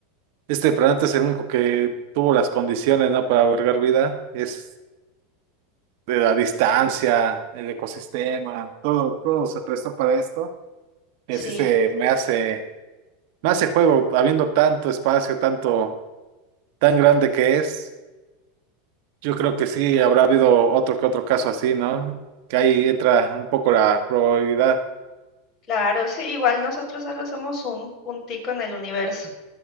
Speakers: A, on the right (about 60°); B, on the left (about 30°).
A: este planeta es el único que tuvo las condiciones, ¿no? Para albergar vida. Es de la distancia, el ecosistema, todo, todo se prestó para esto. Y
B: Sí,
A: así se me hace, me hace juego, habiendo tanto espacio, tanto, tan grande que es. Yo creo que sí, habrá habido otro que otro caso así, ¿no? Que ahí entra un poco la probabilidad.
B: claro, sí, igual nosotros solo somos un puntico en el universo.